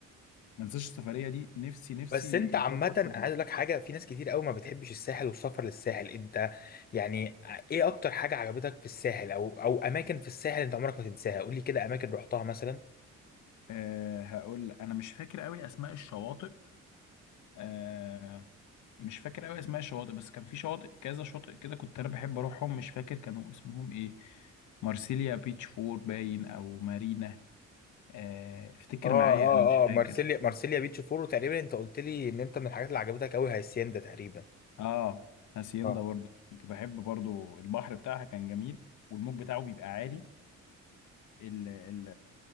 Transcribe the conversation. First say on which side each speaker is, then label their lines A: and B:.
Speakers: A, on the left (about 75°); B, on the left (about 30°).
A: ما انساش السفريه دي نفسي نفسي
B: بس انت
A: تتظبط
B: عامة انا
A: تاني
B: عايز اقول لك حاجة في ناس كتير قوي ما بتحبش الساحل والسفر للساحل انت يعني ايه اكتر حاجة عجبتك في الساحل او او اماكن في الساحل انت عمرك ما تنساها قول لي كده اماكن رحتها مثلا
A: أه هقول انا مش فاكر قوي اسماء الشواطئ أه مش فاكر قوي اسماء الشواطئ بس كان في شواطئ كذا شاطئ كده كنت انا بحب اروحهم مش فاكر كانوا اسمهم ايه مارسيليا بيتش فور باين او مارينا أه افتكر
B: اه
A: معايا
B: اه
A: انا مش
B: اه
A: فاكر
B: مارسيليا مارسيليا بيتش فورو تقريبا انت قلت لي ان انت من الحاجات اللي عجبتك قوي هاسيندا تقريبا
A: اه هاسيندا
B: اه
A: برضو كنت بحب برضو البحر بتاعها كان جميل والموج بتاعه بيبقى عالي ال ال